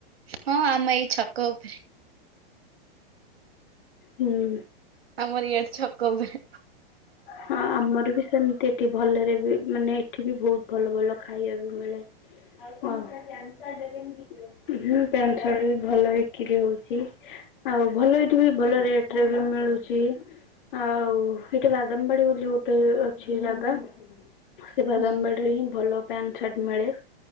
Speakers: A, on the right (about 85°); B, on the left (about 60°).
A: ହଁ ଆମେ ଏଇ ଛକ ଉପ
B: ହୁଁ
A: ଆମର ଇଆଡେ ଛକ ଉପରେ
B: ହଁ ଆମର ବି ସେମିତି ଏଠି ଭଲରେ ବି ମାନେ ଏଠି ବି ବୋହୁତ ଭଲ ଭଲ ଖାଇବା ବି ମିଳେ। ହୁଁ ପ୍ୟାଣ୍ଟ୍ ସାର୍ଟ ବି ଭଲ ହେ କିରୀ ହୋଉଚି। ଆଉ ଭଲ ଏଇଠି ବି ଭଲ ରେଟ୍ ରେ ବି ମିଳୁ ଚି ଆଉ ଏଇଠି ବାଦାମବାଡି ବୋଲି ଗୋଟେ ଅଛି ଜାଗା ସେ ବାଦାମବାଡିରେ
A: ହୁଁ
B: ହିଁ ଭଲ ପ୍ୟାଣ୍ଟ ସାର୍ଟ ମିଳେ।